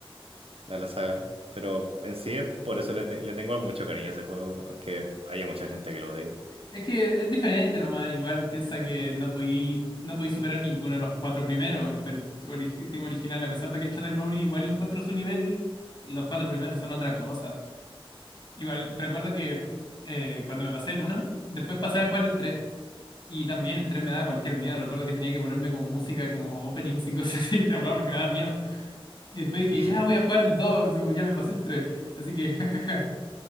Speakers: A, on the right; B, on the left.
A: a la saga. Pero en sí, es por eso le, te- le tengo mucho cariño a ese juego, aunque haya mucha gente que lo odia.
B: Es que es diferente nomás, igual piensa que no podí, no podí superar ninguno de los cuatro primeros del ori- team original, a pesar de que el Chatter Memory igual encuentro su nivel, los cuatro primeros son otra cosa. Igual, recuerdo que eh, cuando me pasé el uno después pasé a jugar el tres Y también el 3 me daba cualquier miedo. Recuerdo que tenía que ponerme como música, como openings y cosas así <laughs> mientras jugaba porque me daba miedo. Y después dije,
A: <laughs>
B: ya voy a jugar el 2 como ya me pasé el tres Así que, <laughs> jajaja.